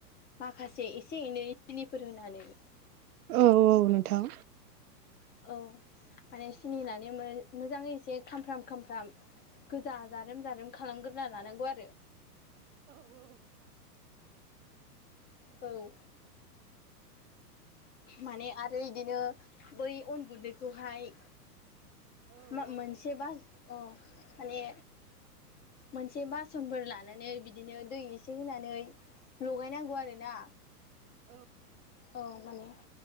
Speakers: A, on the left (about 20°); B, on the right (about 65°).
A: माखासे एसे एनै सिनिफोर होनानै
B: औ औ नोंथां
A: औ माने सिनि होनानै मोजाङै एसे खामफ्राम खामफ्राम गोजा जारोम जारोम खालामग्रोना लानांगौ आरो औ माने आरो इदिनो बै अन गुन्दैखौहाय मा मोनसेबा औ बे मोनसे बासनफोर लानानै बिदिनो दै एसे होनानै लगायनांगौ आरोना औ माने